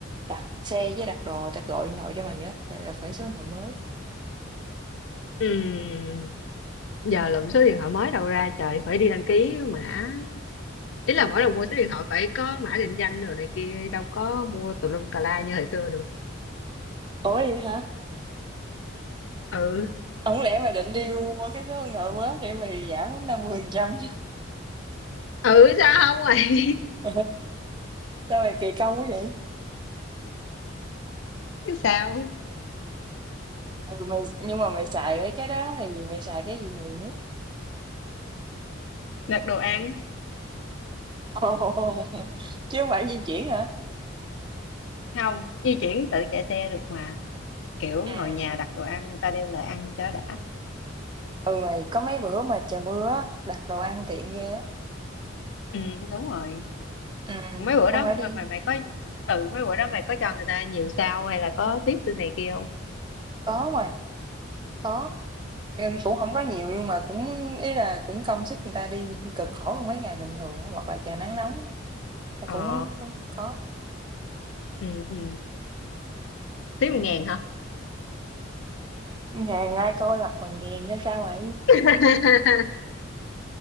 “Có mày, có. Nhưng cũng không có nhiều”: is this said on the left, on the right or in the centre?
Right